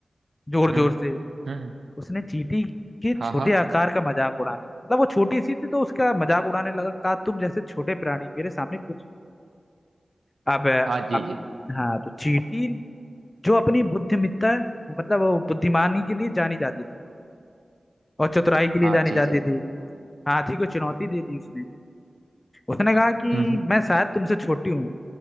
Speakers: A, on the left (about 25°); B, on the right (about 80°).
A: जोर
B: हम्म
A: जोर से
B: हम्म
A: उसने चींटी के
B: हाँ
A: छोटे
B: हाँ
A: आकार का मजाक उड़ाने लगा मतलब वो छोटी सी थी तो उसका मजाक उड़ाने लगा कहा तुम जैसे छोटे प्राणी मेरे सामने कुछ अब
B: हाँ जी
A: अब
B: जी
A: हाँ तो चींटी जो अपनी बुद्धिमत्ता मतलब वो बुद्धिमानी के लिए जानी जाती थी और चतुराई के लिए
B: हाँ
A: जानी
B: जी
A: जाती
B: जी
A: थी हाथी को चुनौती दे दी उसने उसने कहा कि
B: हम्म हम्म,
A: मैं शायद तुमसे छोटी हूँ